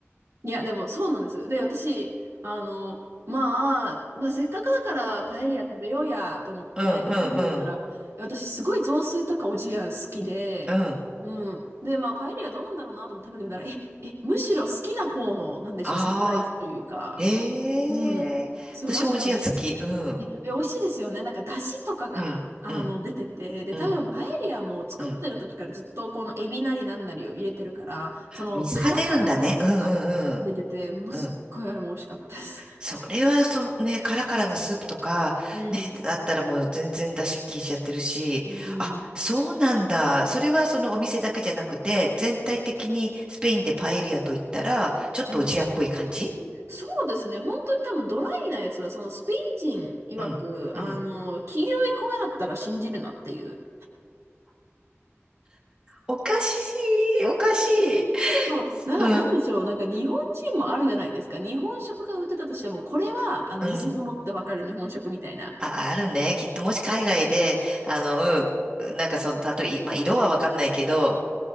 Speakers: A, on the right; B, on the right.
A: いや、でもそうなんです。で、私、あの、まあ、まあ、せっかくだからパエリア食べようやと思って食べてみたら、
B: うんうんうん。
A: 私すごい雑炊とかおじや好きで、
B: うんうん。うん
A: うん。で、まあ、パエリアどうなんだろうなと思って食べてみたら、え、え、むしろ好きな方の、なんでしょう、
B: ああ、
A: サプライズというか、
B: へえ。
A: うん。そうだったの。
B: 私もおじや好き。うん。
A: ねで美味しいですよね。なんか、出汁とかが、
B: うん。
A: あの、
B: うん。
A: 出てて、で、
B: うん。
A: 多分、パエリアも作ってる時からずっと、
B: うん。
A: このエビなりなんなりを入れてるから、その、
B: 水が出るんだね。
A: 殻から出汁とかが出てて、
B: うんうん
A: ものすっごいあれも美味しかったです。
B: うん。うん。それはそう、ね、カラカラのスープとか、
A: <laughs>
B: ね、だったらもう全然出汁効いちゃってるし、
A: うん。うん。
B: あ、そうなんだ。それはそのお店だけじゃなくて、全体的にスペインでパエリアと言ったら、ちょっとおじやっぽい感じ
A: うん。そうですね。本当に多分、ドライなやつは、その、スペイン人曰く、
B: うん、うん。
A: あの、黄色い米だったら信じるなっていう。
B: おかしい、おかしい。
A: そう、だからなんでしょう、
B: うん、
A: なんか日本人もあるじゃないですか。日本食が売ってたとしても、これはあの偽物ってわかる日本食みたいな。
B: うん。あ、あるね。きっともし海外で、あの、うん、なんかその、たとえ、まあ、色はわかんないけど、